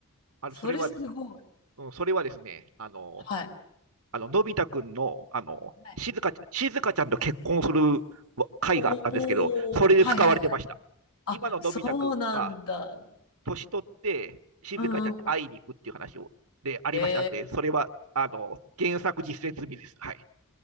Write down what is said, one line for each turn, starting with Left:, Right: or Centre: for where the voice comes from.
Right: あの、
Left: それすごい。
Right: それはです、うん、それはですね、あの、
Left: はい。
Right: あの、のび太くんの、あの、
Left: はい。
Right: しずかちゃん、しずかちゃんと結婚する回があったんですけど、
Left: おー、
Right: それで使われてました。
Left: はいはいおおはいはいあ、
Right: 今ののび太くんが、
Left: そうなんだ。
Right: 年取って、しずかちゃんに会いに行くっていう話を、
Left: うんうん。
Right: で、ありましたって、
Left: へえ。
Right: それは、あの、原作実践済みです。はい。